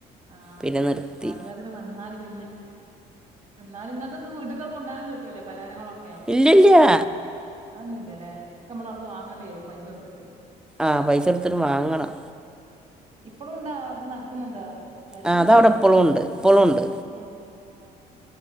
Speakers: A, on the right (about 40°); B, in the centre.
A: ആഹ്
B: പിന്നെ നിർത്തി
A: കാല് അ വന്നാല് പിന്നെ എന്നാ ഇങ്ങക്ക് വീട്ടിക്ക് ഒക്കെ കൊണ്ടുപോവാൻ കിട്ടൂല്ലേ പലഹാരങ്ങളൊക്കെ
B: ഇല്ലില്ല്യാ
A: അതൊന്നും ഇല്ല്യാല്ലേ ഒക്കെ നമ്മള് അവിടുന്ന് വാങ്ങേണ്ട വരും പൈസ കൊടുത്തിട്ട്
B: ആഹ് പൈസ കൊടുത്തിട്ട് വാങ്ങണം
A: ഇപ്പും ഉണ്ടോ അത് നടക്കുന്നുണ്ടോ ചെലവുണ്ടാവും
B: ആ അതവിടെ
A: നല്ലോ
B: ഇപ്പോഴും ഉണ്ട് ഇപ്പോഴും ഉണ്ട്
A: ഉം ആഹ്